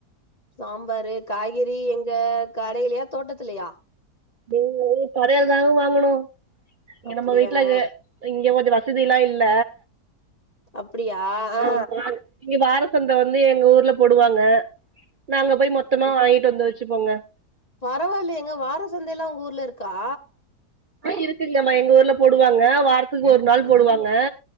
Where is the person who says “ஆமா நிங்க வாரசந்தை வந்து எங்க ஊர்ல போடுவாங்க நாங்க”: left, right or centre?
Right